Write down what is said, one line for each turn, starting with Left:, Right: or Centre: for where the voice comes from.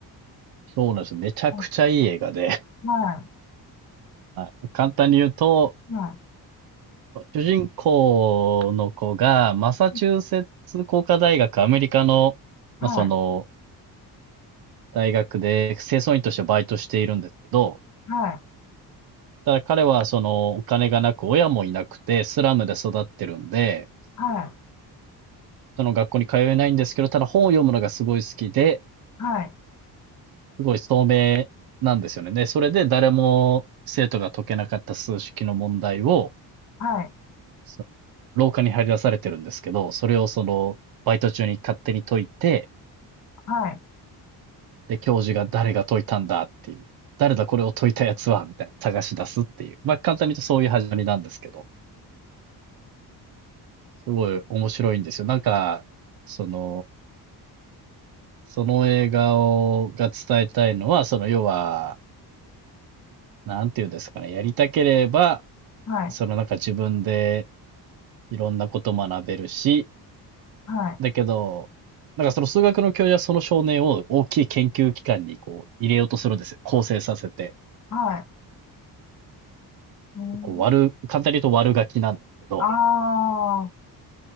Right: そうなんです。めちゃくちゃいい映画で、
Left: はいは
Right: はい、簡単に言うと、
Left: いは
Right: 主人公の子が、マサチューセッツ工科大学、
Left: い
Right: アメリカの、
Left: はい
Right: まあ、その、大学で清掃員としてバイトしているんですけど、
Left: はい
Right: ただ彼はそのお金がなく、親もいなくて、スラムで育ってるんで、
Left: はい
Right: その学校に通えないんですけど、ただ本を読むのがすごい好きで、
Left: はい
Right: すごい聡明なんですよね。で、それで誰も生徒が解けなかった数式の問題を、
Left: はい
Right: その廊下に張り出されてるんですけど、それをその、バイト中に勝手に解いて、
Left: はい
Right: で、教授が誰が解いたんだっていう、誰だこれを解いたやつは、みたいな探し出すっていう。まあ、簡単に言うとそういう始まりなんですけど、すごい面白いんですよ。なんか、その、その映画を、が伝えたいのは、その要は、なんていうんですかね、やりたければ、
Left: はい
Right: そのなんか自分でいろんなこと学べるし、
Left: はい
Right: だけど、なんかその数学の教授はその少年を大きい研究機関にこう入れようとするんですよ。構成させて。
Left: はい。うん
Right: こう悪、簡単に言うと悪ガキなんですけど、
Left: ああ